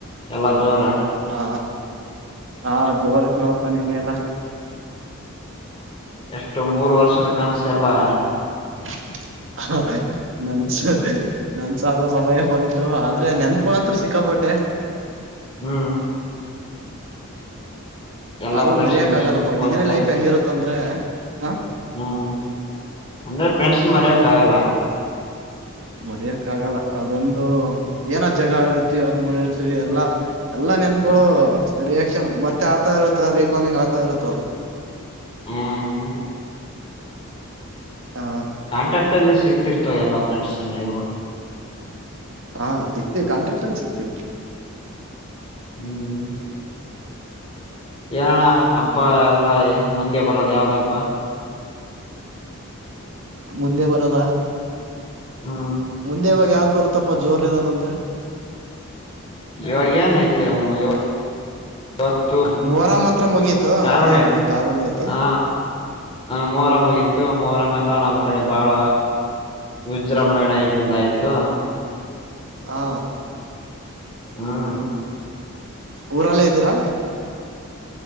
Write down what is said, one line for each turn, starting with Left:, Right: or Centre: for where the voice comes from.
Left: ಎಲ್ಲಾ ಜೋರ
Right: ಹಾ ಹಾ ಜೋತ್ <unintelligible> ನೋಡಪ್ಪಾ ನಿನ್ನೆ ಎಲ್ಲ.
Left: ಎಷ್ಟು ಮೂರು ವರ್ಷದ ಕನಸ್ ಎಲ್ಲಾ.
Right: <inaudible> ಹ ನನ್ಸ ನನ್ಸ ಆಗೋ ಸಮಯ ಬಂತು ಆದ್ರೆ ನೆನ್ಪಗೋಳ್ ಅಂತು ಸಿಕ್ಕಾಪಟ್ಟೆ. <inaudible>
Left: ಹ್ಮ್ ಎಲ್ಲಾ
Right: ಆದ್ರೂ
Left: ಪ್ರೆಂಡ್ಸ್
Right: ಮರಿಯಕ್
Left: <unintelligible>
Right: ಆಗಲ್ಲಪ್ಪ ಡಿಗ್ರಿ ಲೈಫ್ ಹೆಂಗಿರುತ್ತ ಅಂದ್ರೆ ಹ
Left: ಅಂದ್ರೆ ಫ್ರೆಂಡ್ಸ್ ನ ಮರಿಯಕ್ಕಗಲ್ಲ.
Right: ಮರಿಯಕ್ ಆಗಲ್ಲ ಅದೊಂದು ಏನೊ ಜಗಳ ಅಡಿರ್ತೀವಿ ಅದ್ಮಡಿರ್ತಿವಿ ಎಲ್ಲಾ ಎಲ್ಲಾ. ನೆನ್ಗಳು ರಿಯಾಕ್ಷನ್ ಮತ್ತೆ ಆಗ್ತಾ ಇರುತ್ತ ರರಿಕಾಲಿಂಗ್ ಆಗ್ತಾ ಇರುತ್ತದ
Left: ಹ್ಮ್
Right: ಹ
Left: ಕಾಂಟ್ರಾಕ್ಟ್ ಅಲ್ಲಿ ಸಿಗ್ತಿರ್ತವ ಎಲ್ಲಾ ಫ್ರೆಂಡ್ಸ್ ನೀವು
Right: ಹಾ ಸಿಗ್ತೀವಿ ಕಾಂಟ್ರಾಕ್ಟನ್ ಸಿಕ್ತೀರಿ
Left: ಹ್ಮ್ ಯಾನಣ ಹಬ್ಬ ಎಲ್ಲ ಮಂದೆ ಬರದ ಯಾವ್ದ್ ಹಬ್ಬ
Right: ಮುಂದೆ ಬರದಾ
Left: ಹ್ಮ್
Right: ಮುಂದೆ ಇವಾಗ ಯಾವ್ದ ಬರುತ್ತಪ್ಪ ಜೋರ್ ಇರೋದಂದ್ರೆ
Left: ಇವಾಗ ಏನ್ ಐತಿ ಅಮ್ಮ ಇವಾಗ ಮತ್ತು
Right: ಮೊಹರಂ ಮಂತ್ರ ಮುಗೀತು
Left: ಕಾರಣ
Right: ಹ ಇವತ್ ಕಾರ್ ಹುಣ್ಣಿಮೆ ಇತ್ತು
Left: ಹ ಹ ಮೂರ ಯತ್ತು ಮೋರ ಮೆಲ್ಲ ನಮ್ಮ್ ಕಡೆ ಬಾಳ ವಿಜೃಂಭಣೆ ಆಯ್ತಿಂದ ಆಯ್ತು
Right: ಹಾ
Left: ಹ್ಮ್
Right: ಊರಲ್ಲೇ ಇದ್ದೀರಾ